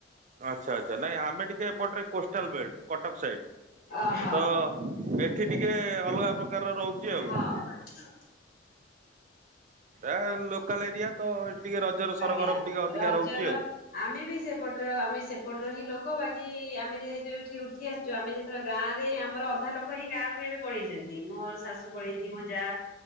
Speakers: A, on the right; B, on the left.
A: ଆଚ୍ଛା ଆଚ୍ଛା ନାଇଁ ଆମେ ଟିକେ ଏପଟରେ କୋଷ୍ଟାଲ ବେଲ୍ଟ କଟକ ସାଇଡ
B: ଓହୋ
A: ତ- ଏଠି ଟିକେ ଅଲଗା ପ୍ରକାର- ପ୍ରକାର ରହୁଛି ଆଉ-
B: ହଁ।
A: ଏଟ ଲୋକଲ ଏରିଆ ତ- ଟିକେ ରଜର ସରଗରମ
B: ଆଜ୍ଞା
A: ଟିକେ ଅଧିକା
B: ରଜର
A: ରହୁଛି ଆଉ
B: ଆମେ ବି ସେପଟରେ ଆମେ ସେ- ପଟର ହିଁ ଲୋକ ବାକି ଆମେ ଯେହେତୁ ଏଠି- ଉଠି ଆସୁ ଆମେତେବେଳେ ଗାଁ- ଆମର ଅଧା ଲୋକ ହିଁ ଗାଁ- ଏବେ ପଳେଇଛନ୍ତି ମୋ ଶାଶୁ ପଳେଇଛନ୍ତି ମୋ ଯା